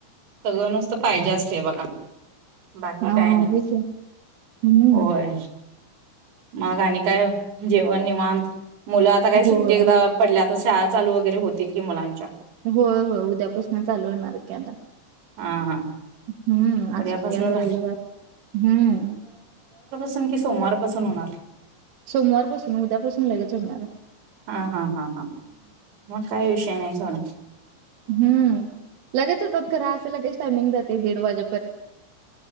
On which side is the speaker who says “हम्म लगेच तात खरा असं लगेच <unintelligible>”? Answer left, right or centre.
Right